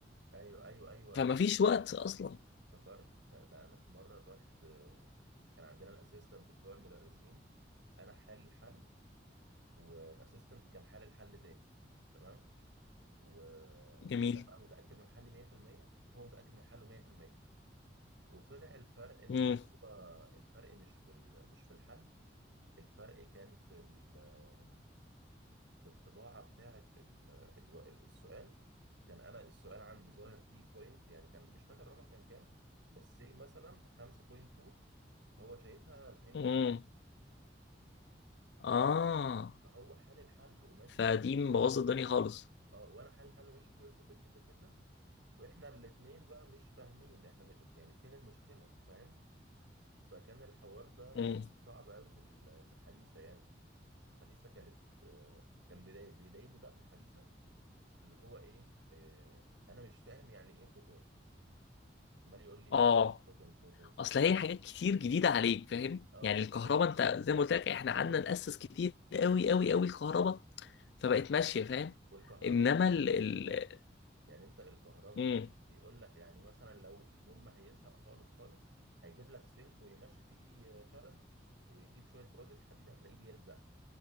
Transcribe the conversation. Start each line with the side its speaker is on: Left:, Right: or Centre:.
Right: ايوه ايوه ايوه
Left: فما
Right: ايوه
Left: فيش وقت
Right: أيوة.
Left: اصلا
Right: افتكرت ده ده انا في مره رحت آه، كان عندنا الاسيستنت بتوع المدرسين انا حل الحل والاسيستنت كان حل الحل تاني تمام و...
Left: جميل
Right: وانا بقى متاكد من حلي 100% وهو متاكد من حله 100% وطلع الفرق ان
Left: امم
Right: هو الفرق مش في ال... مش في الحل الفرق كان في ال... في الطباعه بتاعه ال... ال... السؤال كان انا السؤال عندي ظاهر فيه بوينت يعني كان مش فاكر الرقم كان كام بس سي مثلا 5.2 هو شايفها 52
Left: امم اه
Right: فهو حل الحل وماشي
Left: فدي
Right: فيه كويس
Left: مبوظه
Right: جدا جدا
Left: الدنيا خالص
Right: اه وانا حل الحل وماشي فيه كويس جدا جدا جدا واحنا الاتنين بقى مش فاهمين احنا م- يعني فين المشكلة فاهم فكان الحوار ده
Left: امم
Right: كان صعب قوي في ال- في الحديثة يعني الحديثة كانت آه، كان بيضايق بيضايقني بقى في الحديثة اللي هو ايه آه، انا مش فاهم يعني ايه فوتون عمال يقول لي
Left: اه
Right: فوتون فوتون فوتون فوتون
Left: اصل هي حاجات كتير جديده عليك فاهم
Right: اه
Left: يعني
Right: بالظبط
Left: الكهرباء انت زي ما قلت لك احنا
Right: تو
Left: قعدنا
Right: ماتش
Left: ناسس كتير قوي قوي قوي الكهرباء فبقت ماشيه فاهم
Right: والكهرباء
Left: انما
Right: محسوسة
Left: ال ال
Right: خلي بالك يعني انت الكهرباء
Left: امم
Right: بيقول لك يعني مثلا لو يوم ما هيزهق خالص خالص هيجيب لك سلك ويمشي فيه كارنت ويجيب شوية برودة حديد هتلاقيه بيلزق